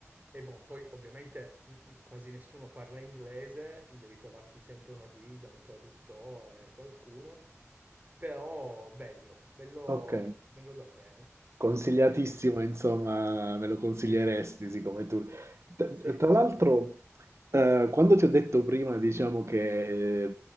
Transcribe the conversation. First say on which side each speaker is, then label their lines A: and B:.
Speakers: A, on the right; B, on the right.
A: e boh, poi ovviamente mm, mm, quasi nessuno parla inglese, devi trovarti sempre una guida, un traduttore, qualcuno, però bello, bello,
B: ok.
A: bello davvero.
B: Consigliatissimo,
A: Eh,
B: insomma, me lo consiglieresti
A: sì,
B: siccome tu. T-
A: sì,
B: Tra l'altro,
A: sì,
B: eh, quando ti ho detto prima, diciamo che eh,